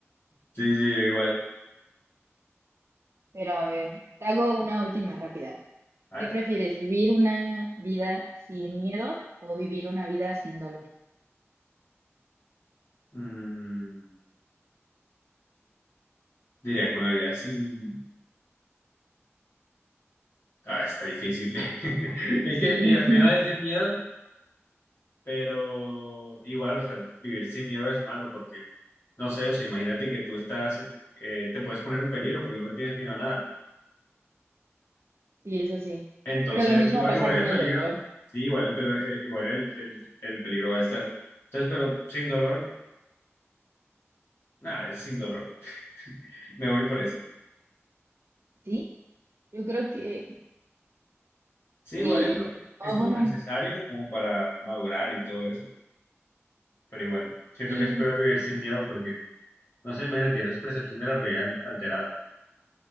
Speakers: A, on the left; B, on the right.
A: Sí, sí, yo igual.
B: Pero a ver, te hago una última rápida.
A: A ver,
B: ¿Qué prefieres, vivir una vida sin miedo o vivir una vida sin dolor?
A: mm, diría que una vida sin... Ah, está difícil. <laughs> Es
B: Sí,
A: que
B: <laughs>
A: eh, me iba a decir miedo, pero igual, o sea, vivir sin miedo es malo porque, no sé, o sea, imagínate que tú estás, eh, te puedes poner en peligro porque no le tienes miedo a nada.
B: sí, eso sí.
A: Entonces,
B: Pero lo mismo
A: igual,
B: pasa
A: igual
B: con
A: el
B: el
A: peligro,
B: dolor,
A: sí, igual el, pelo- el- igual el, el- el peligro va a estar. Entonces, pero sin dolor, nada, es sin dolor. Me voy por esa.
B: ¿sí? Yo creo que...
A: Sí,
B: Sí,
A: igual el
B: yo-
A: dolor
B: ah,
A: es como
B: bueno,
A: necesario como para madurar y todo eso, pero igual, siento
B: sí,
A: que es peor vivir sin miedo porque, no sé, imagínate, tienes percepción de la realidad alterada.